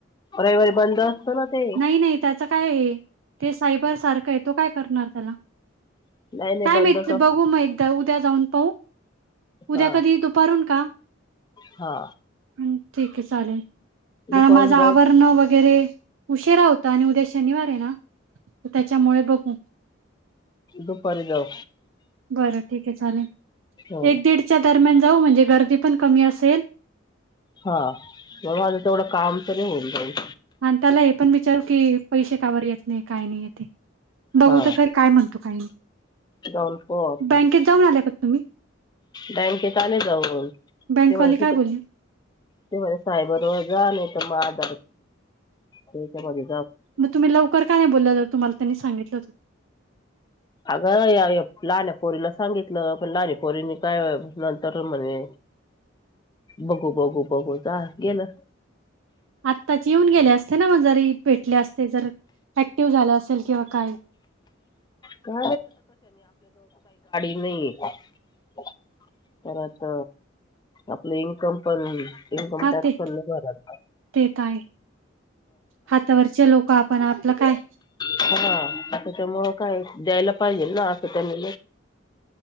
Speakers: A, on the left; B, on the right.
A: रविवारी बंद असतो ना ते
B: नाही नाही त्याचं काय आहे ते सायबर सारखं आहे तो काय करणार त्याला
A: नाही नाही
B: काय माहित
A: बंदच असतं
B: बघू मग एकदा उद्या उद्या जाऊन पाऊ उद्या
A: हा
B: कधी दुपारून का
A: हा
B: ह ठीक आहे चालेल
A: दुपारून
B: कारण माझे आवरण
A: जाऊ
B: वगैरे उशीरा होता आणि उद्या शनिवार आहे ना त्यांच्यामुळे बघू
A: दुपारी जाऊ
B: बरं ठीक आहे चालेल
A: हो
B: एक दीडच्या दरम्यान जाऊ म्हणजे गर्दी पण कमी असेल
A: हा मग माझं तेवढं काम तरी होऊन जाईल
B: आणि त्याला हे पण विचारू की पैसे कावर येत नाही काय नाही ते बघू
A: हा
B: तर खर काय म्हणतो काही नाही
A: जाऊन पाहू आपण
B: बँकेत जाऊन आल्या का तुम्ही
A: बँकेत आले जाऊन
B: बँकवाली
A: ते म्ह
B: काय
A: तिथ
B: बोलली
A: ते म्हणे सायबर वर जा आणि <unintelligible> तेच्यामध्ये
B: मग तुम्ही लवकर का नाही बोलला ज तुम्हाला त्यांनी सांगितलं होत
A: अगं या या लाण्या पोरीला सांगितलं पण लाणी पोरीने काय नंतर म्हणे बघू बघू बघू जा गेलं
B: आत्ताचे येऊन गेले असते ना मग जरी भेटले असले जर ऍक्टिव्ह झाला असेल किंवा काय
A: काय नई परत आपलं इन्कम पण इनकम
B: हा
A: टॅक्स
B: ते
A: पण नाही भरताय
B: ते तर आहे. हातावरचे लोक आपण आपलं काय
A: हा आता त्यामुळं काय द्यायला पाहिजे ना असं त्यांना